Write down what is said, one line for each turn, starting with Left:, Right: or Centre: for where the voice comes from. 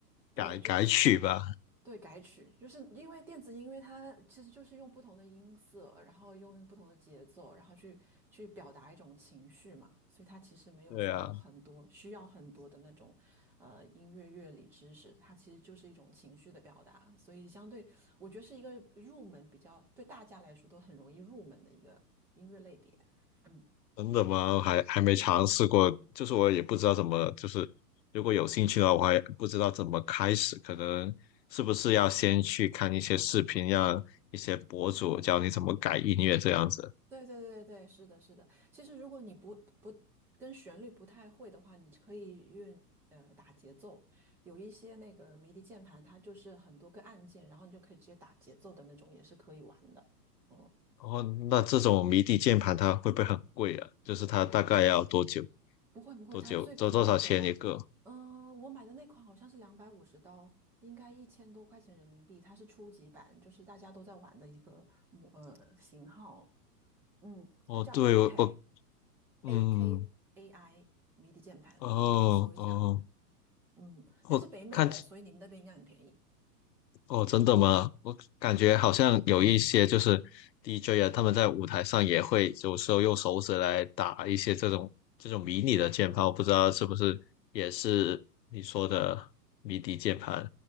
Centre: 对，
Left: 改改曲吧？
Centre: 就对，改曲就是因为电子音乐，它其实就是用不同的音色，然后用不同的节奏，然后去去表达一种情绪嘛，所以它其实没有说有很多需要很多的那种呃音乐乐理知识，
Left: 对啊，
Centre: 它其实就是一种情绪的表达，所以相对我觉得是一个入门比较对大家来说都很容易入门的一个音乐类别。嗯。
Left: 真的吗？还还没尝试过，就是我也不知道怎么，就是如果有兴趣的话，我还不知道怎么开始，可能是不是要先去看一些视频，让一些博主教你怎么改音乐这样子。
Centre: 对对对对，是的，是的。其实如果你不不跟旋律不太会的话，你可以用呃打节奏。有一些那个迷笛键盘，它就是很多个按键，然后你就可以直接打节奏的那种，也是可以玩的。哦、
Left: 然后，那这种迷笛键盘它会不会很贵啊？就是它大概要多久？
Centre: 不会不会，
Left: 多久？
Centre: 它最便宜的，
Left: 多多少钱一个？
Centre: 嗯、我买的那款好像是两百五十刀，应该一千多块钱人民币。它是初级版，就是大家都在玩的一个模呃型号。嗯，
Left: 哦，
Centre: 它叫
Left: 对，
Centre: AK
Left: 我我嗯。
Centre: AKAI 迷笛键盘，
Left: 哦哦，
Centre: 你可以搜一下。嗯，
Left: 我看起
Centre: 它是北美的，所以你们那边应该很便宜。
Left: 哦，真的吗？我感觉好像有一些就是 DJ 啊，他们在舞台上也会有时候用手指来打一些这种这种迷你的键盘，我不知道是不是也是你说的迷笛键盘、